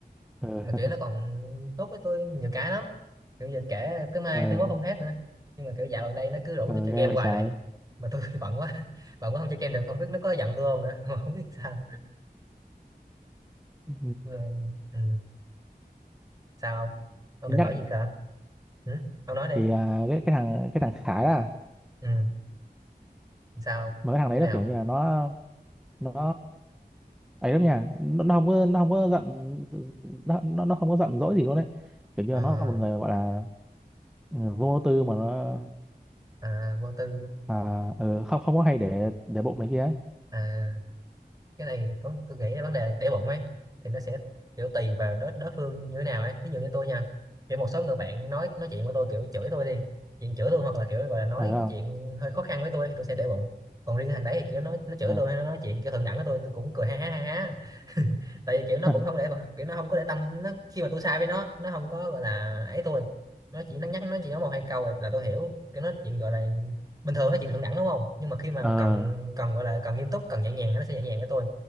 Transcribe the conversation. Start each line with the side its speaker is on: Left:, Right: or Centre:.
Centre: ờ
Right: mà kiểu nó
Centre: <laughs>
Right: còn tốt với tôi nhiều cái lắm kiểu giờ kể tới mai
Centre: ờ
Right: tới mốt không hết nữa nhưng mà kiểu dạo gần đây nó cứ rủ
Centre: ờ,
Right: tôi chơi
Centre: ghê
Right: game
Centre: vậy
Right: hoài
Centre: trái
Right: này mà tôi <laughs> bận quá bận quá không chơi game được không biết nó có giận tôi không nữa <laughs> mà không biết sao
Centre: ừ.
Right: Rồi, ừ. sao ông Ông
Centre: nhắc
Right: định bảo gì cơ ừ? ông nói đi
Centre: thì à, cái cái thằng cái thằng Khải là
Right: ừ. sao
Centre: mà cái thằng
Right: như
Centre: đấy nó
Right: nào
Centre: kiểu như là nó nó ấy lắm nha nó, nó không có nó không có giận nó nó, nó không có giận dỗi gì luôn đấy kiểu như
Right: Ờ,
Centre: là nó là một người gọi là ừ, vô tư mà nó
Right: à, vô tư
Centre: à, ờ, không không có hay để để bụng này kia ấy
Right: à, cái này vấn- tôi nghĩ là vấn đề để bụng ấy thì nó sẽ kiểu tùy vào đối đối phương như thế nào ấy ví dụ như tôi nha kiểu một số người bạn nói nói chuyện với tôi kiểu chửi tôi đi chuyện chửi tôi hoặc là kiểu gọi là nói
Centre: ờ không
Right: chuyện hơi khó khăn với tôi thì tôi sẽ để bụng còn riêng thằng đấy thì kiểu nó nó chửi
Centre: ờ
Right: tôi hay nó nói chuyện kiểu thượng đẳng với tôi tôi cũng cười ha ha ha ha <laughs> tại vì kiểu nó
Centre: <laughs>
Right: cũng không để bà- kiểu nó không có để tâm nó khi mà tôi sai với nó nó không có gọi là ấy tôi nó chỉ nó nhắc nó chỉ nói một hai câu rồi là tôi hiểu kiểu nó chuyện gọi là bình thường nó chuyện thượng đẳng đúng không nhưng mà khi mà
Centre: ờ
Right: cần cần gọi là cần nghiêm túc cần nhẹ nhàng thì nó sẽ nhẹ nhàng với tôi